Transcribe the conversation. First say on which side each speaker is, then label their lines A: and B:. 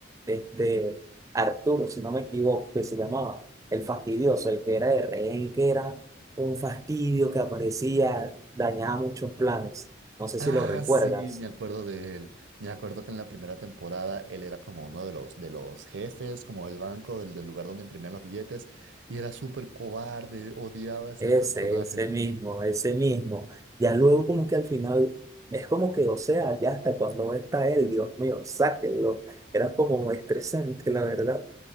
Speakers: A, on the right; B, on the right.
A: este Arturo, si no me equivoco, que se llamaba el fastidioso, el que era de rehén, que era un fastidio que aparecía, dañaba muchos planes. No sé
B: Ah,
A: si lo recuerdas.
B: sí, me acuerdo de él. Me acuerdo que en la primera temporada él era como uno de los, de los jefes, como del banco, del, del lugar donde imprimían los billetes, y era súper cobarde, odiaba a ese
A: Ese,
B: personaje.
A: ese mismo, ese mismo. Ya luego como que al final, es como que, o sea, ya hasta cuando está él, Dios mío, sáquenlo. Era como estresante, la verdad.